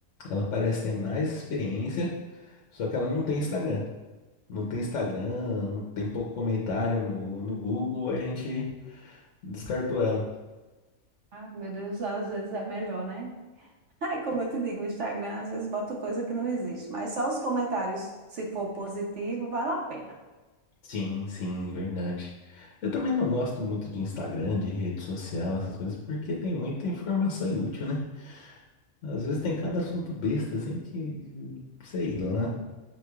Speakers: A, on the left; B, on the right.
A: Ela parece ter mais experiência, só que ela não tem Instagram. Não tem Instagram, não tem pouco comentário no, no Google, a gente descartou ela.
B: Ah, meu Deus, às vezes é melhor, né? É como eu te digo, o Instagram às vezes bota coisa que não existe, mas só os comentários, se for positivo, vale a pena.
A: Sim, sim, verdade. Eu também não gosto muito de Instagram, de rede social, essas coisas, porque tem muita informação inútil, né? Às vezes tem cada assunto besta, assim, que, sei lá.
B: Um,